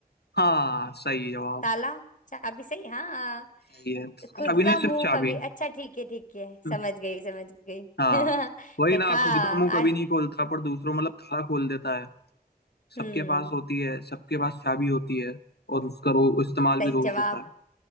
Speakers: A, on the left; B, on the left.
A: हाँ सही जवाब
B: ताला चाबी सही हाँ
A: सही है चाबी
B: खुद का
A: नहीं
B: मुंह
A: सिर्फ चाबी
B: कभी अच्छा ठीक है ठीक है
A: हम्म,
B: समझ गई समझ गई
A: हाँ
B: <laughs>
A: वही
B: देखा
A: ना
B: आ,
A: खुद का मुंह कभी नहीं खोलता पर दूसरों मतलब ताला खोल देता है सबके
B: हम्म
A: पास होती है सबके पास चाबी होती है और उसका रो, इस्तेमाल
B: सही
A: भी रोज
B: जवाब
A: होता है